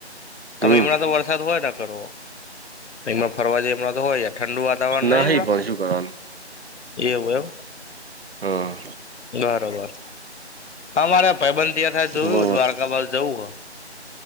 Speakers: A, on the left (about 80°); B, on the right (about 60°).
A: તમે
B: હમ
A: એમણા તો વરસાદ હોય ના કરો એમ ફરવા જાય એમણા તો હોય ઠંડુ વા વાર ન
B: નહી
A: હમણાં
B: પણ શું કરવાનું
A: એવું એમ
B: હ
A: બરોબર અમારે પૈબ તિયા થાય જોયું
B: હમ
A: દ્વારકા બાદ જવું હો